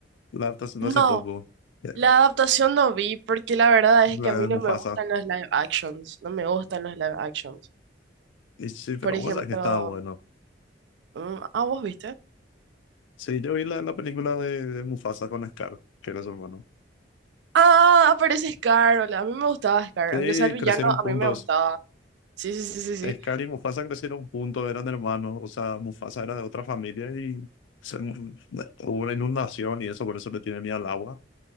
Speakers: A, on the left (about 85°); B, on the right (about 65°).
A: La adaptación
B: No,
A: de hace poco. eh,
B: la adaptación no vi porque la verdad es
A: La
B: que a mí
A: de
B: no
A: Mufasa.
B: me gustan los live actions. No me gustan los live actions.
A: Y sí, pero
B: Por ejemplo,
A: bueno, que estaba bueno.
B: mm, ah, ¿vos viste?
A: Sí, yo vi la, la película de, de Mufasa con Scar, que era su hermano.
B: Ah, aparece Scar. hola, A mí me gustaba Scar.
A: Sí,
B: Aunque sea el villano,
A: crecieron
B: a
A: juntos.
B: mí me gustaba. Sí, sí, sí, sí, sí.
A: Es y Mufasa crecieron juntos, eran hermanos, o sea, Mufasa era de otra familia y se- hubo una inundación y eso, por eso le tiene miedo al agua,